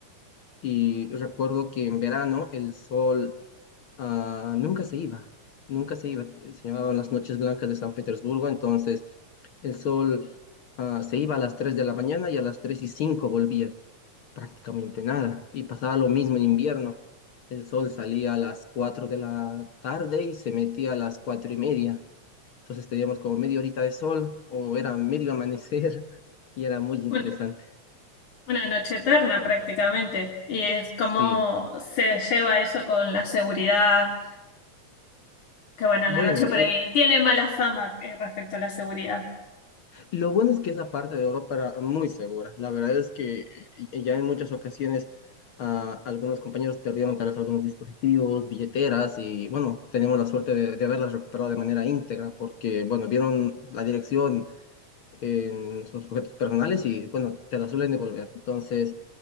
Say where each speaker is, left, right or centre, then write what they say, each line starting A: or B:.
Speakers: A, on the left (about 60°); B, on the left (about 75°).
A: y recuerdo que en verano el sol ah, nunca se iba, nunca se iba. eh, Se llamaban las noches blancas de San Petersburgo, entonces el sol ah, se iba a las 3 de la mañana y a las tres y cinco volvía prácticamente nada. Y pasaba lo mismo en invierno. El sol salía a las 4 de la tarde y se metía a las 4 y media. Entonces teníamos como media horita de sol o era medio amanecer <laughs> y era muy interesante.
B: Un- una noche eterna prácticamente. Y es cómo
A: Sí.
B: se lleva eso con la seguridad, que bueno, en
A: Bueno,
B: la noche
A: eh,
B: por ahí tiene mala fama eh, respecto a la seguridad.
A: lo bueno es que esa parte de Europa era muy segura. La verdad es que eh, ya en muchas ocasiones ah, algunos compañeros perdieron tal vez algunos dispositivos, billeteras y bueno, tenemos la suerte de, de haberlas recuperado de manera íntegra porque bueno, vieron la dirección en sus objetos personales y, bueno, te la suelen devolver. Entonces,